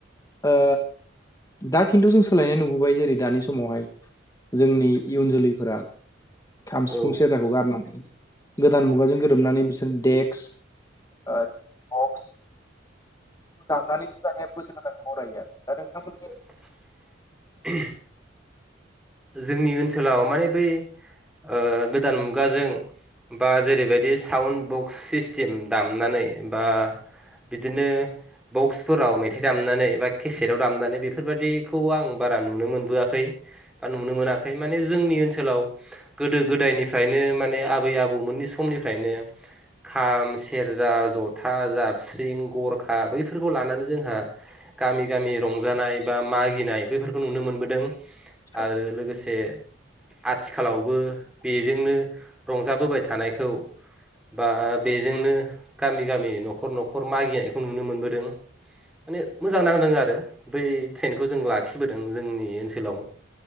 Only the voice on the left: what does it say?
ओ दा खिन्थु जों सोलायनाय नुबोबाय जेरै दानि समावहाय जोंनि इयुन जोलैफोरा खाम सिफुं
सेरजाखौ गारनानै गोदान मुगाजों गोरोबनानै बिसोर देक्स ओ बक्स दामनानैसो दानिया बोसोर गोदानखौ बरायो आरो दा नोंथांमोन
औ